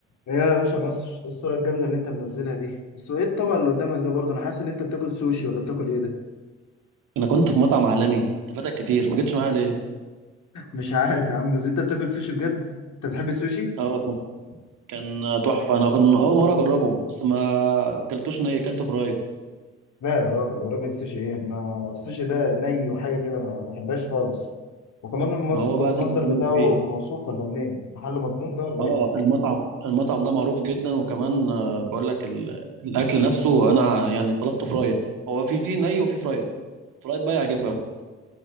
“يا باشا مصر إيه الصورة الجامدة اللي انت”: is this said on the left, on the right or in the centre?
Left